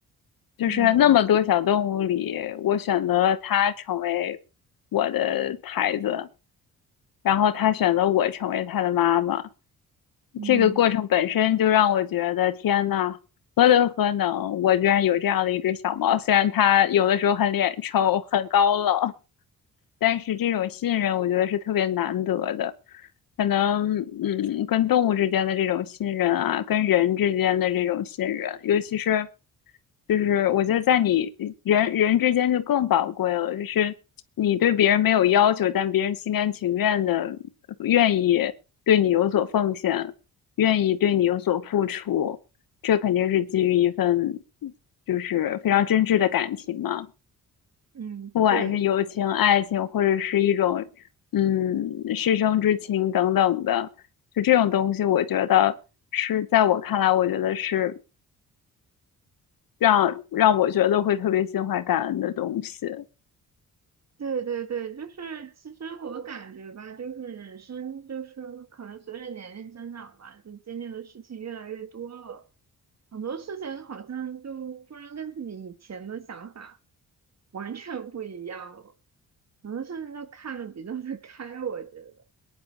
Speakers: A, on the left; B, on the right.
A: 就是那么多小动物里，
B: 嗯
A: 我选择了它成为我的孩子，然后它选择我成为它的妈妈。
B: 嗯
A: 这个过程本身就让我觉得，天呐，何德何能，我居然有这样的一只小猫。虽然它有的时候很脸臭，很高冷。但是这种信任，我觉得是特别难得的。可能，嗯，跟动物之间的这种信任啊，跟人之间的这种信任，尤其是，就是我觉得在你人人之间就更宝贵了。就是你对别人没有要求，但别人心甘情愿的愿意对你有所奉献，愿意对你有所付出，这肯定是基于一份就是非常真挚的感情嘛。
B: 嗯，
A: 不管是友情、
B: 对
A: 爱情，或者是一种嗯师生之情等等的，就这种东西，我觉得是在我看来，我觉得是让让我觉得会特别心怀感恩的东西。
B: 对对对，就是其实我感觉吧，就是人生就是可能随着年龄增长吧，就经历的事情越来越多了，很多事情好像就突然跟自己以前的想法完全不一样了，很多事情就看得比较的开，我觉得。